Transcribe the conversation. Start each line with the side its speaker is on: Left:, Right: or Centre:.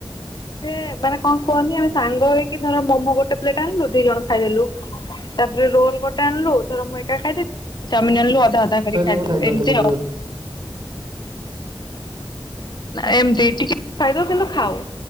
Left: ସେ ମାନେ କଁ କୁହନି ଆମେ ସାଙ୍ଗ ହେଇକି ଧର ମୋମୋ ଗୋଟେ ପ୍ଲେଟ ଆଣିଲୁ ଦିଜଣ ଖାଇଦେଲୁ। ତାପରେ ରୋଲ ଗୋଟେ ଆଣିଲୁ ଧର ମୁଁ ଏକା ଖାଇଦେଲି ଚାଓମିଁନ୍ ଆଣିଲୁ ଅ ଅଧା ଅଧା କରିକି
Right: ଥରେ
Left: ଖାଇଦେଲୁ
Right: ଗୋଟେ ଖାଇଦବା
Left: ଏମତି
Right: ଗୋଟେ
Left: ଆଉ।
Right: ରୋଲ।
Left: ଏମତି ଟିକେ ଖାଇ ଦୋଉଥିଲୁ ଖାଉ